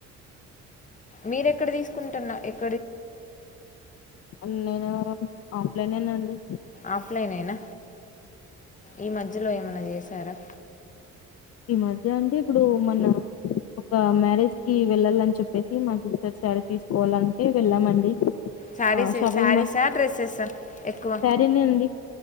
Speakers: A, on the left; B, on the left.
A: మీరెక్కడ తీసుకుంటన్న ఎక్
B: అన్న నేను ఆఫ్లైన్నాండి
A: ఆఫ్లైన్ నేనా ఈ మధ్యలో ఏమన్నా చేసారా
B: ఈ మధ్య అండి ఇప్పుడు మన ఒక మ్యారేజ్ కి వెళ్ళాలని చెప్పేసి మా సిస్టర్ సారి తీసుకోవాలంటే వెళ్ళామండి
A: శారీస్
B: ఆ షాపింగ్
A: శారీసా
B: మాల్
A: డ్రెస్సెసా ఎక్కువ
B: శారీనే అండి